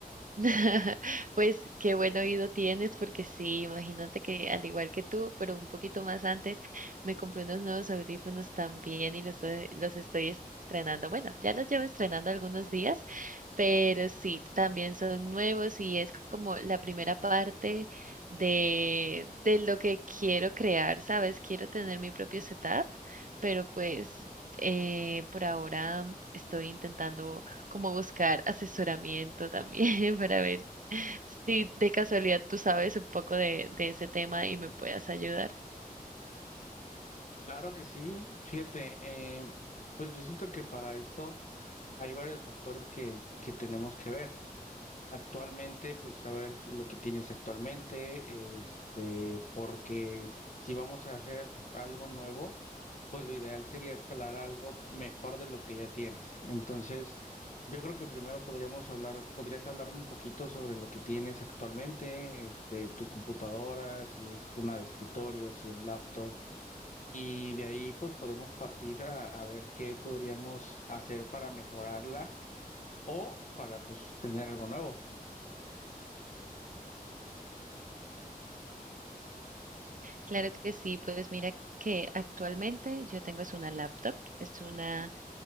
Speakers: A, on the right (about 60°); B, on the left (about 55°).
A: <laughs> Pues qué buen oído tienes, porque sí, imagínate que al igual que tú, pero un poquito más antes, me compré unos nuevos audífonos también y los, eh, los estoy estrenando. Bueno, ya los llevo estrenando algunos días, pero sí, también son nuevos y es como la primera parte de, de lo que quiero crear, ¿sabes? Quiero tener mi propio setup, pero pues eh, por ahora estoy intentando como buscar asesoramiento también <laughs> para ver si de casualidad tú sabes un poco de, de ese tema y me puedas ayudar.
B: Claro que sí, fíjate, eh, pues yo siento que para esto hay varios factores que, que tenemos que ver. Actualmente, pues saber lo que tienes actualmente, este, porque si vamos a hacer algo nuevo, pues lo ideal sería escalar a algo mejor de lo que ya tienes. Entonces, yo creo que primero podríamos hablar, podrías hablarme un poquito sobre lo que tienes actualmente, este, tu computadora, si es una de escritorio, si es laptop. Y de ahí pues podemos partir a, a ver qué podríamos hacer para mejorarla o para pues tener algo nuevo.
A: Claro que sí, pues mira que actualmente yo tengo es una laptop, es una